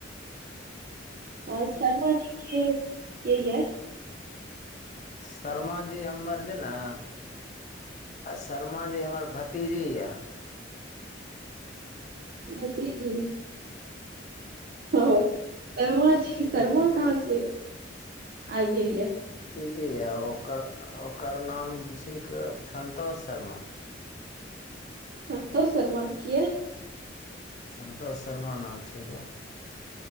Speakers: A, on the right (about 50°); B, on the left (about 40°).
A: आ शर्मा जी के यी य
B: शर्मा जी हमर जे ने शर्मा जी हमर भतीजी यऽ
A: जतीज्र हँ सरमा जी
B: ओ
A: शर्मा कहाँसँ आ गेल यऽ
B: जी ओकर ओकर नाम छ संतोष शर्मा
A: सतोष शर्मा किय
B: संतोष शर्मा नाम छ गो